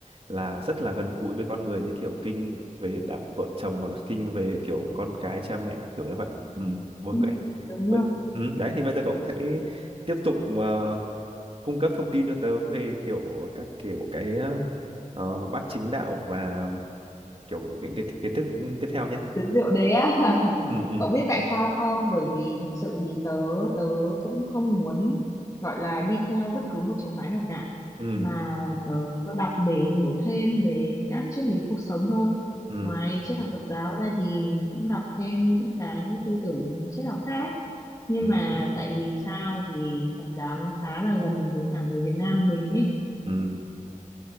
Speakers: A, on the right; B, on the left.
A: là rất là gần gũi với con người như kiểu kinh về đạo vợ chồng hoặc là kinh về kiểu con cái cha mẹ kiểu như vậy ừ ok
B: Ừ, Đúng
A: Vậy-
B: rồi.
A: ừ, đấy thì bây giờ cậu sẽ tiếp tục ờ, cung cấp thông tin cho tớ về kiểu các kiểu cái ờ, bát chính đạo và kiểu những cái kiến thức tiếp theo nhé.
B: tớ rượu đế á <laughs>
A: Ừ ừ
B: cậu biết tại sao không bởi vì thực sự thì tớ tớ cũng không muốn gọi là đi theo bất cứ một trường phái nào cả
A: ừ
B: mà tớ đọc để hiểu thêm về các triết lý cuộc sống thôi
A: ừ
B: ngoài triết học Phật giáo ra thì cũng đọc thêm những cái tư tưởng triết học khác nhưng
A: ừ
B: mà
A: ừ
B: tại vì sao vì Phật giáo nó khá là gần với cả người Việt Nam mình ấy
A: ừ,